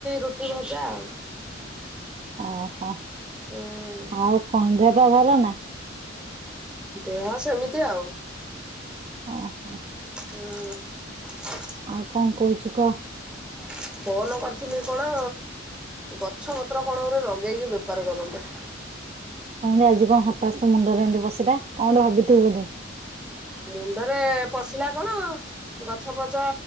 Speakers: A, in the centre; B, on the right (about 30°).
A: ରୁଟି ଭଜା ଆଉ।
B: <inaudible> ଓହୋ
A: ହୁଁ
B: <inaudible> ଆଉ କଣ ଦେ ବା ଭଲ ନା
A: ଦେହ ସେମିତି ଆଉ।
B: ଓ ହୋ।
A: <inaudible> ହୁଁ <inaudible>
B: ଆଉ କଣ କହୁଚି କ <inaudible>
A: <inaudible> ଫୋନ କରିଥିଲି କଣ ଗଛ ପତ୍ର କଣ ଗୋଟେ ଲଗେଇକି ବେପାର କରନ୍ତୁ। <inaudible>
B: <unintelligible> କଣ୍ ଆଜି କଣ ହଠାଥ୍ ତ ମୁଣ୍ଡରେ ଏମିତି ପଶିଲା କଣ୍ ଗୋଟେ ଭାବିଥିବୁ ବୋଧେ <inaudible>
A: <inaudible> ମୁଣ୍ଡରେ ପଶିଲା କଣ ଏ ଗଛ ପଛ